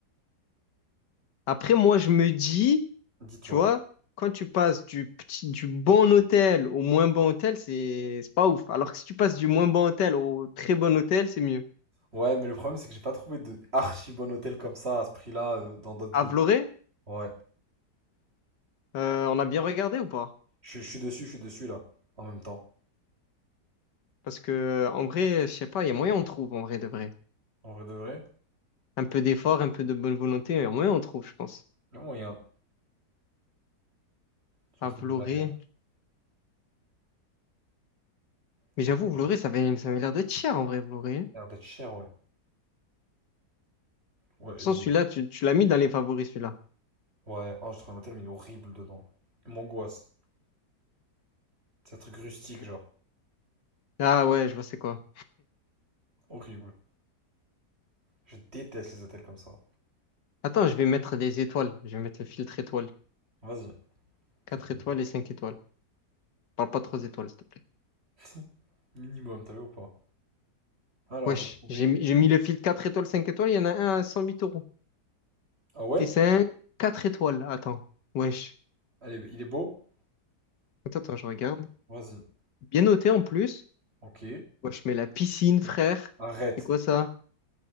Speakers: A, on the left; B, on the right.
A: Après, moi, je me dis,
B: dis-toi.
A: tu vois, quand tu passes du petit, du bon hôtel au moins bon hôtel, c'est, c'est pas ouf. Alors que si tu passes du moins bon hôtel au très bon hôtel, c'est mieux.
B: Ouais, mais le problème, c'est que j'ai pas trouvé de archi bon hôtel comme ça à ce prix-là euh, dans d'autres
A: À
B: villes.
A: Vloré,
B: Ouais.
A: euh, on a bien regardé ou pas?
B: Je, je suis dessus, je suis dessus là, en même temps.
A: Parce que, en vrai, je sais pas, il y a moyen on trouve, en vrai de vrai.
B: En vrai de vrai,
A: Un peu d'effort, un peu de bonne volonté, et au moins on trouve, je pense.
B: le moyen. Je suis
A: À
B: en train
A: Vloré.
B: de regarder. hein. Je
A: Mais
B: suis
A: j'avoue,
B: en train de
A: Vloré, ça avait, ça avait l'air d'être cher en vrai, Vloré. De
B: regarder d'être cher, ouais. Ouais,
A: toute
B: il
A: façon, celui-là,
B: est.
A: tu, tu l'as mis dans les favoris, celui-là.
B: Ouais, oh, j'ai trouvé un hôtel, mais il est horrible dedans. Il m'angoisse. C'est un truc rustique,
A: Je-
B: genre.
A: Ah ouais, je vois c'est quoi.
B: Horrible. Je déteste les hôtels comme ça.
A: Attends, je vais mettre des étoiles. Je vais mettre le filtre étoile.
B: Vas-y.
A: 4
B: Ça, tu
A: étoiles
B: me
A: et 5 étoiles. Parle pas 3 étoiles, s'il te plaît.
B: dis. <laughs> Minimum, t'as vu ou pas? Alors,
A: Wesh,
B: j'ai trouvé.
A: j'ai mis, j'ai mis le filtre 4 étoiles, 5 étoiles, il y en a un à 108 euros.
B: Ah ouais?
A: Et c'est un 4 étoiles, là. attends. Wesh.
B: Allez, il est beau?
A: Attends, attends, je regarde.
B: Vas-y.
A: Bien noté en plus.
B: Ok.
A: Wesh, mais la piscine, frère.
B: Arrête.
A: C'est quoi ça?